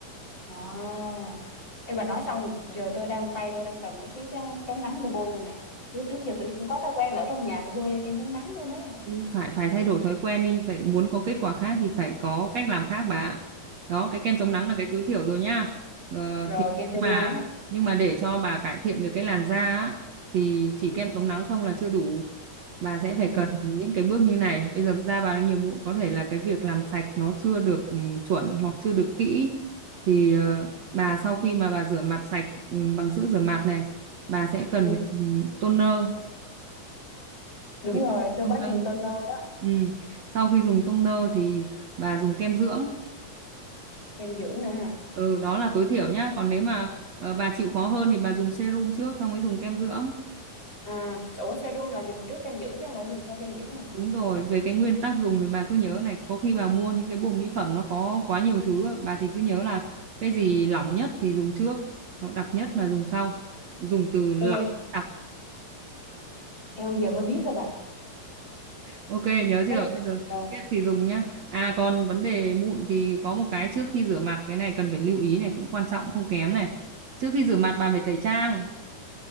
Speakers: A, on the left; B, on the right.
A: à Ê bà nói xong giờ tôi đang tay tôi đang cầm cái cái cái chống nắng tôi bôi luôn này chứ trước giờ tôi không có thói quen là ở trong nhà phải bôi kem chống nắng luôn ấy
B: Ừ, phải phải thay đổi thói quen đi phải muốn có kết quả khác thì phải có cách làm khác bà ạ. đó cái kem chống
A: À,
B: nắng là cái tối thiểu rồi nhá ờ,
A: rồi
B: thì
A: kem chống
B: mà
A: nắng
B: nhưng mà để cho bà cải thiện được cái làn da á, thì chỉ
A: ừ.
B: kem chống nắng không là chưa đủ bà sẽ phải
A: Ừ.
B: cần những cái bước như này bây giờ da bà đang nhiều mụn có thể là cái việc làm sạch nó chưa được ừ, chuẩn hoặc chưa được kỹ thì ờ, bà sau khi mà bà rửa mặt sạch ừ, bằng sữa rửa mặt này bà sẽ cần
A: Ừ.
B: phải dùng toner
A: Đúng
B: với
A: rồi
B: tông,
A: tôi
B: tông
A: có
B: nâu
A: dùng toner đó
B: ừ. sau khi dùng tông nâu thì bà dùng kem dưỡng
A: kem dưỡng nữa ha
B: ừ, đó
A: ừ.
B: là tối thiểu nhá còn nếu mà ờ, bà chịu khó hơn thì bà dùng serum trước xong mới dùng kem dưỡng
A: à ủa serum là dùng trước kem dưỡng chứ không phải dùng sau kem dưỡng à
B: đúng rồi về cái nguyên tắc dùng thì bà cứ nhớ này có khi bà mua những cái bộ mỹ phẩm nó có quá nhiều thứ á, bà thì cứ nhớ là cái gì lỏng nhất thì dùng trước nó đặc nhất là dùng sau dùng từ lỏng
A: ui
B: đặc
A: eo giờ mới biết rồi bà
B: Ok nhớ chưa?
A: cái
B: Bây giờ
A: rồi
B: biết thì dùng nhá. À còn vấn đề mụn thì có một cái trước khi rửa mặt cái này cần phải lưu ý này cũng quan trọng không kém này. Trước khi rửa mặt bạn phải tẩy trang.